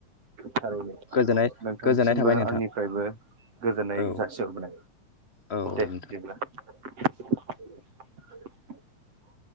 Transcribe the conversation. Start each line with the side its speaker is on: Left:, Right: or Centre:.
Right: थारैनो
Left: गोजोननाय
Right: नोंथांसिमबो
Left: गोजोननाय थाबाय नोंथां
Right: आंनिफ्रायबो। गोजोननाय
Left: औ
Right: जासिहरबोन
Left: औ
Right: दे बिदिब्ला। <inaudible>